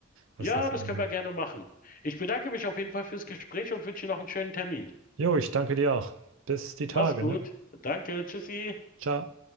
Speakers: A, on the right; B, on the left.
A: was
B: Ja,
A: das
B: das
A: angeht.
B: können wir gerne machen. Ich bedanke mich auf jeden Fall fürs Gespräch und wünsche dir noch einen schönen Termin.
A: Jo, ich danke dir auch. Bis die Tage,
B: Mach's gut.
A: ne?
B: Danke. Tschüssi.
A: Ciao.